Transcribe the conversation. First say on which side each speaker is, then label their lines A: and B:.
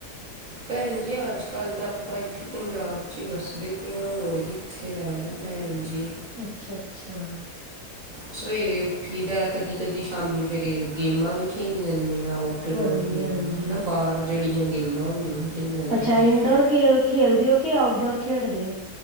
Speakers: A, on the right; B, on the right.
A: ਭੈਣ ਜੀ ਅੱਜ ਕੱਲ੍ਹ ਤਾਂ ਆਪਾਂ ਇੱਥੇ ਪੰਜਾਬ 'ਚ ਹੀ ਵੱਸਦੇ ਹੀ ਪਏ ਹਾਂ ਹੋਰਗੇ। ਉੱਥੇ ਰਹਿਣਾ ਭੈਣਜੀ।
B: ਅੱਛਾ ਅੱਛਾ।
A: ਸਵੇਰੇ ਉੱਠੀ ਦਾ, ਕਦੀ ਕਦੀ ਸ਼ਾਮੀ ਫੇਰ ਗੇਮਾਂ ਵੀ ਖੇਡ ਖੇਡ ਲੈਨੇ ਆਂ, ਆਉਟਡੋਰ
B: ਹਾਂਜੀ
A: ਗੇਮਾਂ
B: ਹਾਂਜੀ
A: ਨਾ, ਬਾਹਰ ਜਹੜੀਆਂ ਗੇਮਾਂ ਹੁੰਦੀਆਂ। ਖੇਲਣ ਵਾਲੀਆਂ।
B: ਅੱਛਾ ਇੰਡੋਰ ਖੇਡਦੇ ਹੋ, ਕਿ ਆਊਟਡੋਰ ਖੇਡਦੇ ਹੋ।